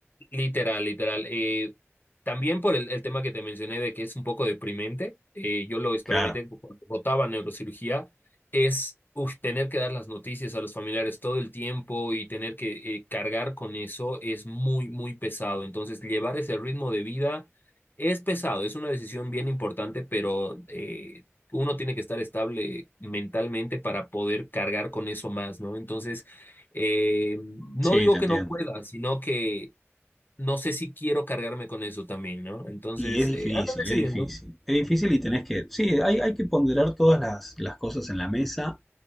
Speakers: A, on the left; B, in the centre.
A: Literal, literal. Eh, también por el, el tema que te mencioné de que es un poco deprimente, eh, yo lo experimenté
B: Claro,
A: cu- cuando votaba neurocirugía, es uf, tener que dar las noticias a los familiares todo el tiempo y tener que eh, cargar con eso es muy, muy pesado. Entonces, llevar ese ritmo de vida es pesado, es una decisión bien importante, pero eh, uno tiene que estar estable mentalmente para poder cargar con eso más, ¿no? Entonces, eh, no
B: sí,
A: digo
B: te entiendo.
A: que no pueda, sino que no sé si quiero cargarme con eso también, ¿no? Entonces,
B: Y es difícil,
A: eh, ando decidiendo.
B: es difícil. Es difícil y tenés que, sí, hay, hay que ponderar todas las, las cosas en la mesa